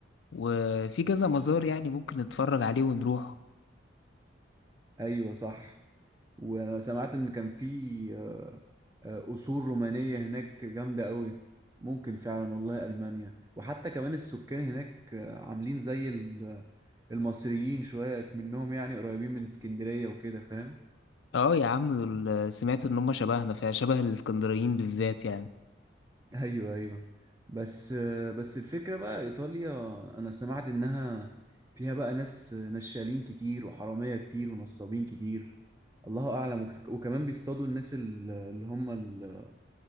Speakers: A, on the left (about 75°); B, on the right (about 15°).
A: وفي كذا مزار يعني ممكن نتفرج عليه ونروح
B: ايوه صح وانا سمعت ان كان في آه، آه، قصور رومانية هناك جامدة قوي ممكن فعلا والله المانيا وحتى كمان السكان هناك آه، عاملين زي ال- آه، المصريين شوية منهم يعني قريبين من اسكندرية وكده فاهم
A: اه يا عم دول سمعت ان هم شبهنا فيها شبه الاسكندرانيين بالذات يعني
B: ايوه ايوه بس بس الفكره بقى ايطاليا انا سمعت انها فيها بقى ناس نشالين كتير وحراميه كتير ونصابين كتير الله اعلم وك- وكمان بيصطادوا الناس ال- اللي هم ال-